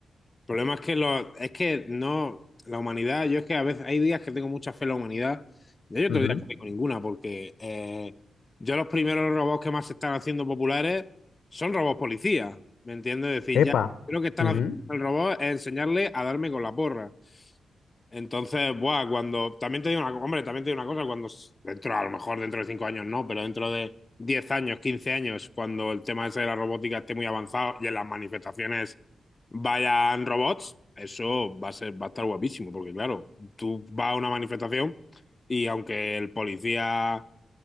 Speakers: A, on the left; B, on the left.
A: El problema es que, lo, es que no, la humanidad, yo es que a veces hay días que tengo mucha fe en la humanidad y hay otros
B: Ujú.
A: días que no tengo ninguna, porque eh, yo los primeros robots que más se están haciendo populares son robots policías, ¿me entiendes? Es decir, ya
B: Epa.
A: lo que están
B: Ujú,
A: haciendo el robot es enseñarle a darme con la porra. Entonces, buah, cuando. También te digo una, co- hombre, también te digo una cosa, cuando s- dentro, a lo mejor dentro de cinco años no, pero dentro de 10 años, 15 años, cuando el tema ese de la robótica esté muy avanzado y en las manifestaciones vayan robots, eso va a ser, va a estar guapísimo, porque claro, tú vas a una manifestación y aunque el policía